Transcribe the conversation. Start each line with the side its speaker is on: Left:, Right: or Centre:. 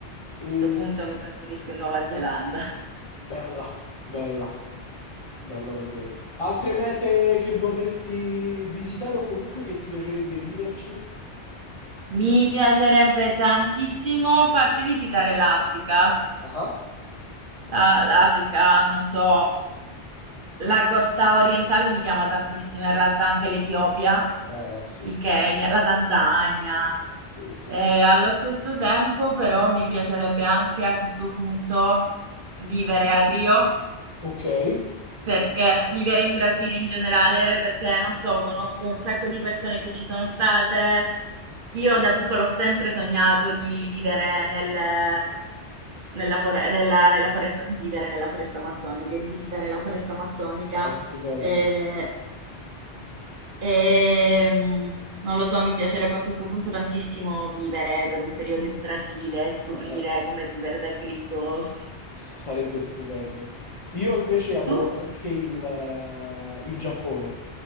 Left: E
Right: questo punto mi trasferisco in Nuova Zelanda.
Left: bella, bella, bella davvero. Altre mete che vorresti visitare o comunque che ti piacerebbe viverci?
Right: Mi piacerebbe tantissimo, a parte visitare l'Africa,
Left: Ah,
Right: La- l'Africa, non so, la costa orientale mi chiama tantissimo, in realtà anche l'Etiopia,
Left: eh sì,
Right: il Kenya, la Tanzania.
Left: sì, sì,
Right: E
Left: sì.
Right: allo stesso tempo, però, mi piacerebbe anche a questo punto vivere a Rio,
Left: Ok,
Right: perché
Left: In Bra-
Right: vivere in Brasile in generale, perché non so, conosco un sacco di persone che ci sono state. Io da piccola ho sempre sognato di vivere nel, nella, fore- nella- nella foresta, vivere nella foresta amazzonica, di visitare la foresta amazzonica.
Left: è stupenda.
Right: Eh, e, mm, non lo so, mi piacerebbe a questo punto tantissimo vivere per un periodo in Brasile, scoprire
Left: Ah, ah.
Right: come vivere da gringo.
Left: S- Sarebbe stupendo. Io invece adoro
Right: Tu?
Left: anche il, eh, il Giappone.